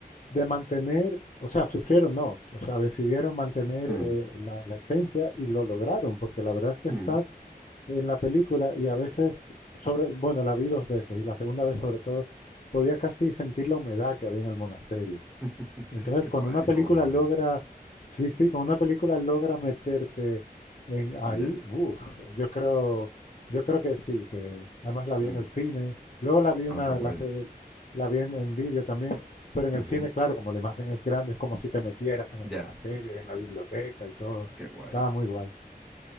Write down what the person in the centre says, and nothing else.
Hmm,
hmm.
<laughs>
Qué
guay,
cómo mola.
Ya.
mm.
Ah,
qué guay.
Ujú.
Ya,
qué guay.